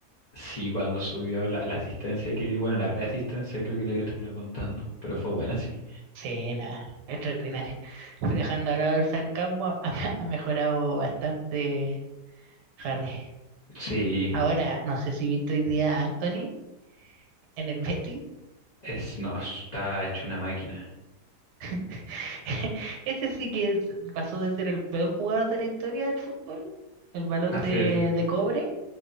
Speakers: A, on the left (about 65°); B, on the right (about 80°).
A: Sí, cuando subió la, la asistencia que dio, bueno, la preasistencia creo que es la que terminó contando, pero fue buena, sí.
B: Sí, nada, extraordinario. Dejando al lado el sarcasmo, <laughs> ha, ha mejorado bastante Harry.
A: Sí,
B: Ahora, no sé si viste hoy día a Anthony en el Betis.
A: es, no, está hecho una máquina.
B: <laughs> Ese sí que es- pasó de ser el peor jugador de la historia del fútbol, el balón
A: Hacer,
B: de, de cobre.